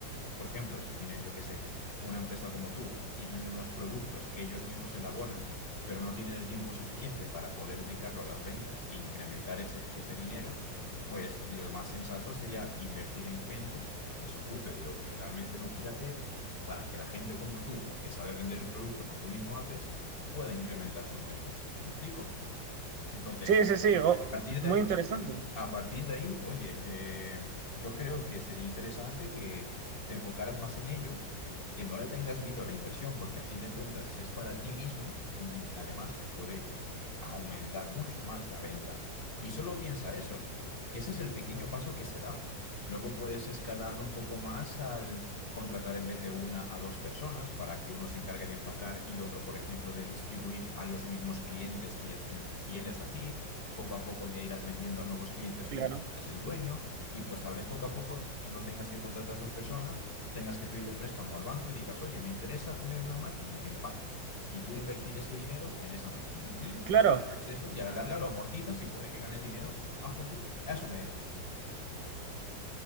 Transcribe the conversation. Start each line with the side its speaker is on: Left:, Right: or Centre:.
Left: Por ejemplo, si tienen, yo qué sé, una empresa como tú y venden unos productos que ellos mismos elaboran, pero no tienen el tiempo suficiente para poder dedicarlo a las ventas e incrementar ese, ese dinero, pues lo más sensato sería invertir en gente que se ocupe de lo que realmente no quiere hacer para que la gente como tú, que sabe vender el producto que tú mismo haces, pueda incrementar sus ventas. ¿Me explico? Entonces,
Right: Sí, sí, sí, oh,
Left: a partir
Right: muy
Left: de ahí...
Right: interesante.
Left: A partir de ahí, oye, eh, yo creo que sería interesante que te enfocaras más en ello, que no le tengas miedo a la inversión, porque a fin de cuentas es para ti mismo y además te puede aumentar mucho más la venta. Y solo piensa eso, que ese es el pequeño paso que se da. Luego puedes escalarlo un poco más al contratar en vez de una a dos personas para que uno se encargue de empacar y otro, por ejemplo, de distribuir a los mismos clientes que ya estén fieles a ti poco a poco ya irás vendiendo a nuevos clientes
Right: Claro,
Left: tú, eres el dueño, y pues tal vez poco a poco no tengas que contratar a estas personas, tengas que pedir un préstamo al banco y digas, oye, me interesa tener una máquina que empaque y quiero invertir ese dinero en esa máquina. Y
Right: claro.
Left: ya te compras eso y a la larga lo amortizas y puede que ganes dinero a futuro. A eso me dedico.